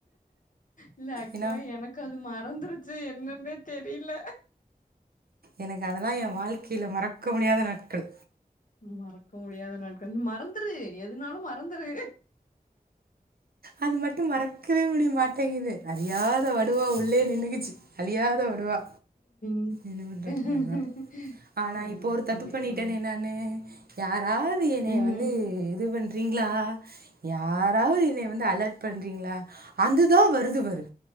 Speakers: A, on the left; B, on the right.
A: இல்ல ஆக்சுவலா
B: ஏன்னா
A: எனக் அது மறந்துருச்சு என்னன்னே தெரில
B: எனக்கு அதெல்லா ஏ வாழ்க்கையில மறக்க முடியாத நாட்கள்
A: மறக்க முடியாத நாட்கள் மறந்துரு எதுனாலு மறந்துரு
B: அது மட்டு மறக்கவே முடிய மாட்டேங்குது அறியாத வடுவா உள்ளே நின்னைக்கிச்சு அழியாத வடுவா
A: ஆ
B: என்ன பண்றது
A: சரி
B: <inaudible> ஆனா இப்போ ஒரு
A: சரி
B: தப்பு பண்ணிட்டேனே
A: ம்
B: நானு யாராவது என்னைய
A: இன்னு
B: வந்து இது பண்றீங்ளா யாராவது என்னைய வந்து அலர்ட் பண்றீங்களா அதுதா வருது வரு